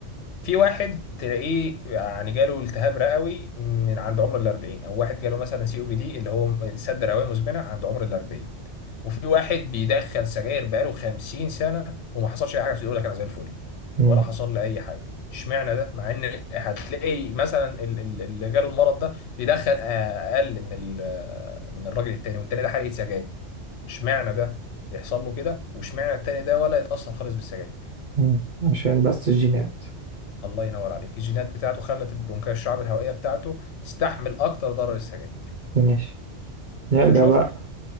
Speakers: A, on the left (about 70°); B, on the right (about 45°).
A: في واحد تلاقيه يعني جاله التهاب رئوي من عند عمر ال 40 او واحد جاله مثلا سي او بي دي اللي هو سد رئويه مزمنه عند عمر ال 40 وفي واحد بيدخن سجاير بقاله 50 سنه وما حصلش اي حاجه بس يقول لك انا زي الفل
B: مم.
A: ولا حصل لي اي حاجه اشمعنى ده مع ان هتلاقي مثلا ال- ال- اللي جاله المرض ده بيدخن اقل من ال- من الراجل التاني والتاني ده حرقه سجاير اشمعنى ده يحصل له كده واشمعنى التاني ده ولا يتاثر خالص بالسجاير
B: مم. عشان بس الجينات
A: الله ينور عليك الجينات بتاعته خلت البرونكاية الشعب الهوائية بتاعته تستحمل أكتر ضرر السجاير
B: ماشي نرجع
A: فشفت
B: بقى